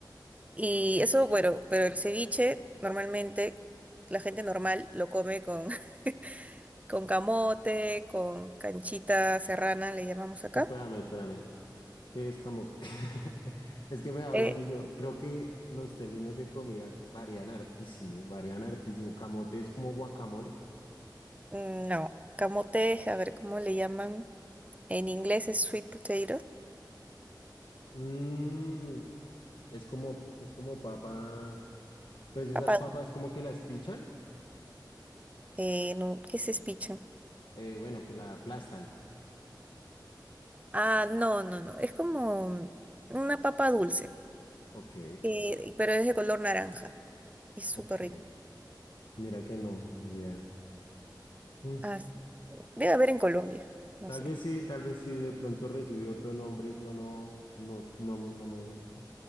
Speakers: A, on the right; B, on the left.
A: Y eso, bueno, pero el ceviche normalmente la gente normal lo come con, <laughs> con camote, con canchita serrana, le llamamos acá.
B: Espérame, espérame. ¿Qué es camote? <laughs> Es que me hablas
A: Eh,
B: y yo creo que los términos de comida varían hartísimo, varían hartísimo. Camote es como guacamole.
A: mm, no, camote, a ver cómo le llaman. En inglés es sweet potato.
B: Mm, es como, es como papa. Pues esas
A: papá
B: papas como que las pichan
A: eh, no, ¿qué es speech?
B: Eh, bueno, que la aplastan.
A: Ah, no, no, no. Es como una papa dulce,
B: Ok,
A: que- pero es de color naranja. Es súper
B: ok.
A: rico.
B: Mira que no, ni idea. Mm,
A: Ah, sí. Debe haber en Colombia, no
B: Tal
A: sé.
B: vez sí, tal vez sí, de pronto recibió otro nombre y yo no, no, no, no me,